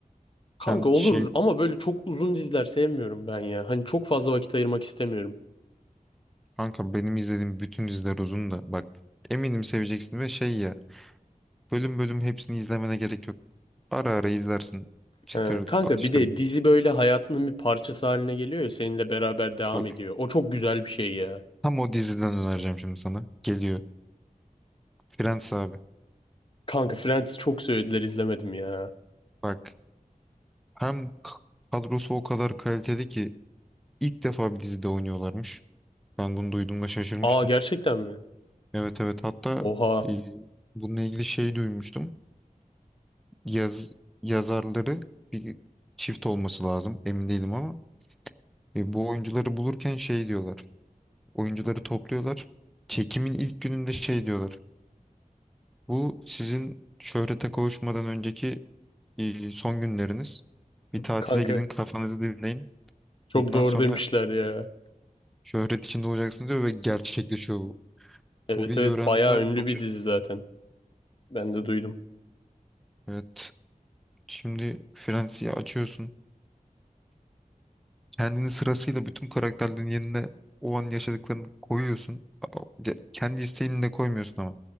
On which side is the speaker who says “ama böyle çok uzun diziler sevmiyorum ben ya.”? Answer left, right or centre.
Left